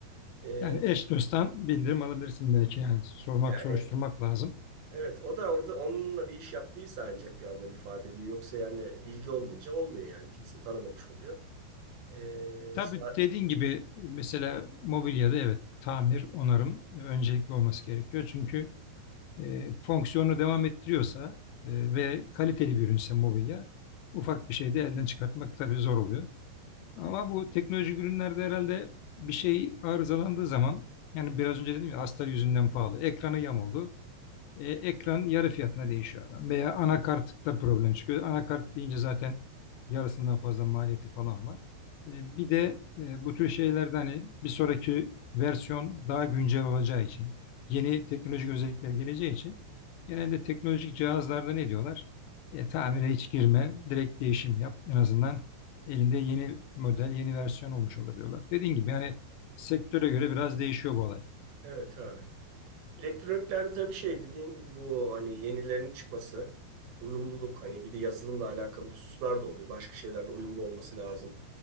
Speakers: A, on the right; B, on the left.
A: E,
B: Yani eş dosttan bildirim alabilirsin belki yani sormak,
A: yani
B: soruşturmak lazım.
A: evet o da orada onunla bir iş yaptıysa ancak bir anlam ifade ediyor. Yoksa yani bilgi olmayınca olmuyor yani. Kimse tanımamış oluyor. E,
B: Tabii
A: sa-
B: dediğin gibi mesela mobilyada evet tamir, onarım öncelikli olması gerekiyor. Çünkü e, fonksiyonu devam ettiriyorsa e, ve kaliteli bir ürünse mobilya ufak bir şey de elden çıkartmak tabii zor oluyor. Ama bu teknolojik ürünlerde herhalde bir şey arızalandığı zaman yani biraz önce dedim ya astar yüzünden pahalı. Ekranı yamuldu. E, ekran yarı fiyatına değişiyor adam. Veya anakartta problem çıkıyor. Anakart deyince zaten yarısından fazla maliyeti falan var. E, bir de e, bu tür şeylerde hani bir sonraki versiyon daha güncel olacağı için, yeni teknolojik özellikler geleceği için genelde teknolojik cihazlarda ne diyorlar? E, tamire hiç girme, direkt değişim yap. En azından elinde yeni model, yeni versiyon olmuş olur diyorlar. Dediğim gibi yani sektöre göre biraz değişiyor bu olay.
A: evet abi. Elektroniklerde bir şey dediğin bu hani yenilerinin çıkması, uyumluluk hani bir de yazılımla alakalı hususlar da oluyor. Başka şeylerle uyumlu olması lazım.